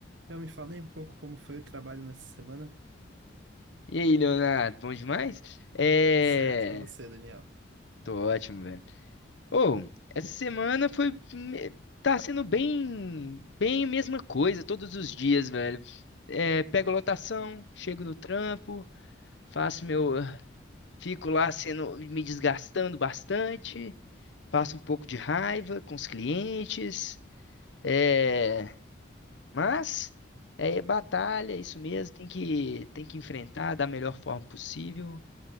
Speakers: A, on the right (about 75°); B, on the left (about 70°).
A: Então, me fala aí um pouco como foi o trabalho nessa semana.
B: E aí, Leonardo, bom demais? É.
A: Tudo certo e com você, Daniel?
B: Tô ótimo, velho. Ô, essa semana foi. me- Tá sendo bem. Bem a mesma coisa todos os dias, velho. É, pego lotação, chego no trampo, faço meu. Fico lá sendo. Me desgastando bastante, passo um pouco de raiva com os clientes. É. Mas. É batalha, é isso mesmo. Tem que, tem que enfrentar da melhor forma possível.